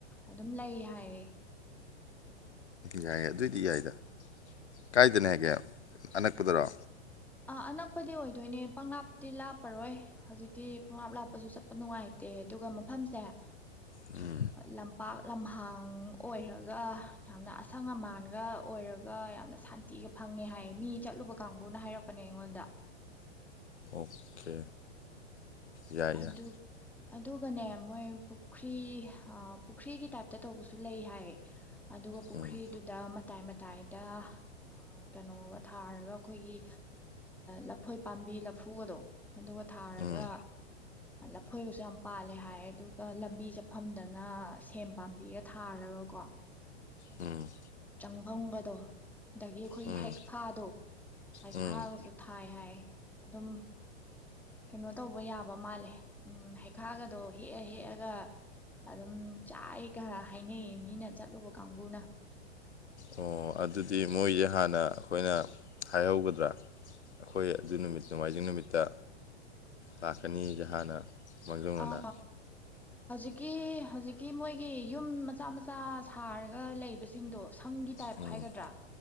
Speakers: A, in the centre; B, on the left (about 80°).
A: ꯑꯗꯨꯝ ꯂꯩ ꯍꯥꯏꯌꯦ
B: ꯌꯥꯏꯌꯦ ꯑꯗꯨꯑꯣꯏꯗꯤ ꯌꯥꯏꯗ ꯀꯥꯏꯗꯅꯦ ꯍꯥꯏꯒꯦ ꯑꯅꯛꯄꯗꯔꯣ꯫
A: ꯑꯥ ꯑꯅꯛꯄꯗꯤ ꯑꯣꯏꯗꯣꯏꯅꯦ ꯄꯪꯪꯂꯥꯞꯇꯤ ꯂꯥꯞꯄꯔꯣꯏ ꯍꯧꯖꯤꯛꯇꯤ ꯄꯪꯪꯂꯥꯞ ꯂꯥꯞꯄꯁꯨ ꯆꯠꯄ ꯅꯨꯡꯉꯥꯏꯇꯦ ꯑꯗꯨꯒ ꯃꯐꯝꯁꯦ ꯑ
B: ꯎꯝ
A: ꯂꯝꯄꯥꯛ ꯂꯝꯍ ꯍꯥꯡ ꯑꯣꯏꯔꯒ ꯌꯥꯝꯅ ꯑꯁꯪ ꯑꯃꯥꯟꯒ ꯑꯣꯏꯔꯒ ꯌꯥꯝꯅ ꯁꯥꯟꯇꯤꯒ ꯐꯪꯉꯦ ꯍꯥꯏ ꯃꯤ ꯆꯠꯂꯨꯕ ꯀꯥꯡꯕꯨꯅ ꯍꯥꯏꯔꯛ ꯄꯅꯦ ꯑꯩꯉꯣꯟꯗ
B: ꯑꯣꯀꯦ ꯌꯥꯏ-ꯌꯥꯏ
A: ꯑꯗꯨ ꯑꯗꯨꯒꯅꯦ ꯃꯣꯏ ꯄꯨꯈ꯭ꯔꯤ ꯑꯥ ꯄꯨꯈ꯭ꯔꯤꯒꯤ ꯇꯥꯏꯞꯇ ꯇꯧꯕꯁꯨ ꯂꯩ ꯍꯥꯏ꯫ ꯑꯗꯨꯒ ꯄꯨꯈ꯭ꯔꯤꯗꯨꯗ
B: ꯎꯝ
A: ꯃ ꯇꯥꯏ ꯃꯇꯥꯏꯗ ꯀꯩꯅꯣꯒ ꯊꯥꯔꯒ ꯑꯩꯈꯣꯏꯒꯤ ꯂꯐꯣꯏ ꯄꯥꯝꯕꯤ ꯂꯐꯨꯒꯗꯣ ꯑꯗꯨꯒ ꯊꯥꯔꯒ
B: ꯎꯝ
A: ꯂꯐꯣꯏꯒꯁꯨ ꯌꯥꯝ ꯄꯥꯜꯂꯦ ꯍꯥꯏ ꯑꯗꯨꯒ ꯂꯝꯕꯤ ꯆꯠꯐꯝꯗꯅ ꯁꯦꯝ ꯄꯥꯝꯕꯤꯒ ꯊꯥꯔꯒꯀꯣ
B: ꯎꯝ
A: ꯆꯪꯐꯝꯒꯗꯣ ꯗꯒꯤ ꯑꯩꯈꯣꯏꯒꯤ
B: ꯎꯝ
A: ꯍꯩꯈꯥꯗꯣ ꯍꯩꯈꯥꯒꯁꯨ
B: ꯎꯝ
A: ꯊꯥꯏ ꯍꯥꯏ꯫ ꯑꯗꯨꯝ ꯀꯩꯅꯣ ꯇꯧꯕ ꯌꯥ ꯕ ꯃꯥꯜꯂꯦ ꯎꯝ ꯍꯩꯈꯥꯒꯗꯣ ꯍꯦꯛꯑ ꯍꯦꯛꯑꯒ ꯑꯗꯨꯝ ꯆꯥꯏ ꯈꯔ ꯍꯥꯏꯅꯩꯌꯦ ꯃꯤꯅ ꯆꯠꯂꯨꯕ ꯀꯥꯡꯕꯨꯅ꯫
B: ꯑꯣ ꯑꯗꯨꯗꯤ ꯃꯣꯏꯁꯦ ꯍꯥꯟꯅ ꯑꯩꯈꯣꯏꯅ ꯍꯥꯏꯍꯧꯒꯗ꯭ꯔꯥ ꯑꯩꯈꯣꯏ ꯑꯗꯨ ꯅꯨꯃꯤꯠ ꯅꯣꯡꯃꯥꯏꯖꯤꯡ ꯅꯨꯃꯤꯠꯇ ꯂꯥꯛꯀꯅꯤꯁꯦ ꯍꯥꯟꯅ꯫ ꯃꯥꯡꯖꯧꯅꯅ
A: ꯑ ꯍꯧꯖꯤꯛ ꯀꯤ ꯍꯧꯖꯤꯛꯀꯤ ꯃꯣꯏꯒꯤ ꯌꯨꯝ ꯃꯆꯥ ꯃꯆꯥ ꯁꯥꯔꯒ ꯂꯩꯕꯁꯤꯡꯗꯣ ꯁꯪꯒꯤ ꯇꯥꯏꯞ
B: ꯎꯝ
A: ꯍꯥꯏꯒꯗ꯭ꯔꯥ